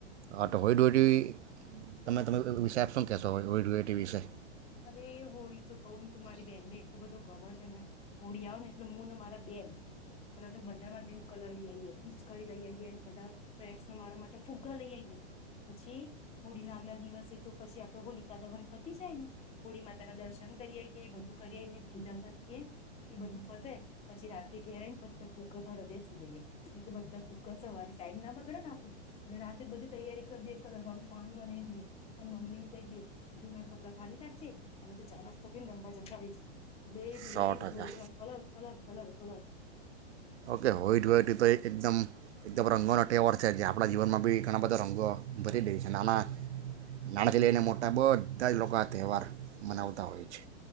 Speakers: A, on the right; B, on the left.
A: હા તો હોયડોયટીવી તમે તમે વિશે આપ શું કહેશો હોય હોળડોયટી વિશે
B: અરે હોળી તો કહું ને તું મારી બેહેનને એટલું બધું ગમે છે ને હોડી આવ ને એટલે મુું ને મારા બેગ પર તો બજારમાં જેને કલર લઈ આવીએ પીચ કરી લઈ આવીએ બધા ફ્રેન્ડસને મારા માટે ફુગ્ગા લઈ આવીઈએ પછી હોળી ના આગલા દિવસે તો પછી આપડે હોલિકા દ વન પતી જાય ને હોળી માતા ના દર્શન કરીએએ એ બધું કરીને પૂજા કરીએ એ બધું પતે પછી રાત્ર ઘેરે આવીને બધા ફુગ્ગા ભ બેસી જઈએ એટલે બધા ફુગ્ગા સવારે સાઈડ ના બગડે આપડું એટલે રાતે બધી તૈયારી કરી દેએ કલરડું પાણીમાં નહી દઈએ અને મમ્મી ને કહી દેએ જૂના કપડા અમે તો ચા નાસ્તો કઈ રંવા જ એટલે બીજા
A: સો ટકા
B: ધૂ એટીમાં colour colour colour colour
A: okay હોયટી હોયટી તો એકદમ એકદમ રંગોનો તહેવાર છે જે આપણા જીવનમાં બી ઘણા બધા રંગો ભરી દે છે નાના નાણાકી લઈને મોટા બધા જ લોકો આ તહેવાર મનાવતા હોય છે